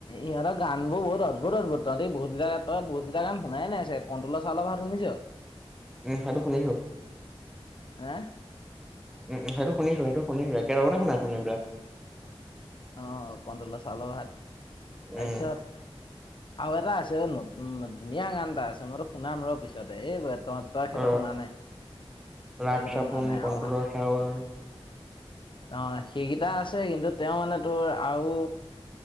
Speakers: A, on the left; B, in the centre.
A: ইহঁৰ গান বোৰ বহুত অদ্ভুত অদ্ভুত তহঁতি বহুত কেইটা গান তই বহুতকেইটা গান শুনাই নাই চাগে। কণ্ট্ৰল চাওলৰ ভাত শুনিছ।
B: উম সেইটো শুনিছো।
A: হা
B: উম সেইটো শুনিছো সেইটো শুনিছো একে লগতে শুনাচোন এইবিলাক।
A: অ কণ্ট্ৰলৰ চাউলৰ ভাত, তাৰপিছত
B: উম
A: আৰু এটা আছে নতুন ধুনীয়া গান এটা আছে মই তোক শুনাম ৰ পিছতে এই তই তই সেইটো
B: অ'
A: শুনা নাই,
B: ৰাগ
A: তই সেইটো
B: চাবোন,
A: শুনা নাই
B: কণ্ট্ৰলৰ
A: আৰু
B: চাউল
A: অহ সেইকেইটা আছে কিন্তু তেওঁ মানে তোৰ আৰু